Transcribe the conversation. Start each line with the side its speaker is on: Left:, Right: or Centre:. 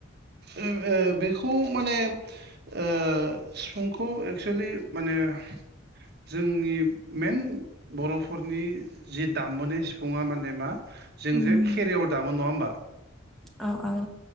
Right: ओं ओ बेखौ माने ओ सिफुंखौ एक्सुेलि माने <inaudible> जोंनि मेन बर'फोरनि जि दामबोनाय सिफुङा माने मा जों
Centre: उम,
Right: जे खेरियाव दामो नङा होमबा?
Centre: औ औ